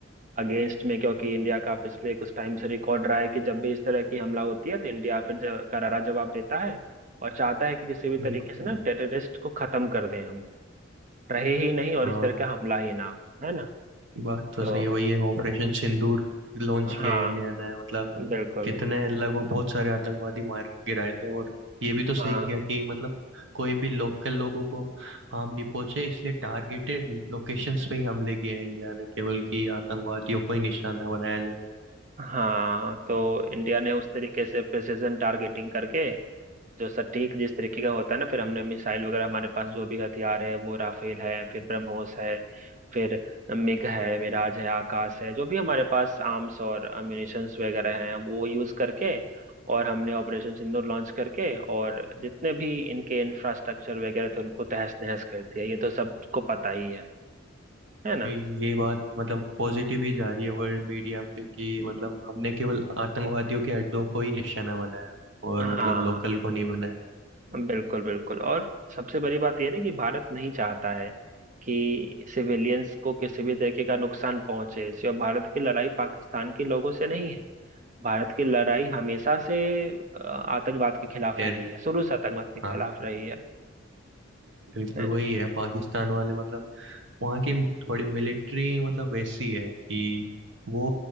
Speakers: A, on the right; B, on the right.
A: अगेंस्ट में क्योंकि इंडिया का पिछले कुछ टाइम से रिकॉर्ड रहा है कि जब भी इस तरह की हमला होती है तो इंडिया फिर ज- करारा जवाब देता है और चाहता है कि किसी भी तरीके
B: बिल्कुल
A: से ना टेररिस्ट को खत्म कर दें हम रहे ही नहीं और
B: हाँ
A: इस तरह का हमला ही ना हो है ना
B: बात तो
A: तो
B: सही है वही है ऑपरेशन सिंदूर लॉन्च
A: हाँ
B: किया है इंडिया ने मतलब
A: बिल्कुल
B: कितने लगभग बहुत सारे आतंकवादी मार गिराए थे और ये भी तो सही
A: हाँ
B: किया कि मतलब कोई भी लोकल लोगों को हार्म नहीं पहुंचे इसलिए टारगेटेड लोकेशंस पे ही हमले किए हैं इंडिया ने केवल कि आतंकवादियों को ही निशाना बनाया जाए
A: हाँ तो इंडिया ने उस तरीके से प्रिसिजन टारगेटिंग करके जो सटीक जिस तरीके का होता है ना फिर हमने मिसाइल वगैरह हमारे पास जो भी हथियार है वो राफेल है फिर ब्रह्मोस है फिर मिग है मिराज है आकाश है जो भी हमारे पास आर्म्स और अम्यूनिशंस वगैरह हैं वो यूज करके और हमने ऑपरेशन सिंदूर लॉन्च करके और जितने भी इनके इंफ्रास्ट्रक्चर वगैरह थे उनको तहस नहस कर दिया ये तो सबको पता ही है है ना
B: पे ये बात मतलब पॉजिटिव ही जा रही है वर्ल्ड मीडिया पे कि
A: हम्म,
B: मतलब हमने केवल आतंकवादियों के अड्डों को ही निशाना बनाया और मतलब
A: हाँ
B: लोकल को नहीं बनाया
A: बिल्कुल बिल्कुल और सबसे बड़ी बात यह है ना कि भारत नहीं चाहता है कि सिविलियंस को किसी भी तरीके का नुकसान पहुंचे सिर्फ भारत की लड़ाई पाकिस्तान के लोगों से नहीं है भारत की लड़ाई हमेशा से अ, आतंकवाद के खिलाफ
B: टेर
A: रही है शुरू से आतंकवाद के खिलाफ
B: हाँ
A: रही है
B: बिल्कुल
A: है
B: वही
A: ना
B: है पाकिस्तान वाले मतलब वहाँ की थोड़ी मिलिट्री मतलब वैसी है कि वो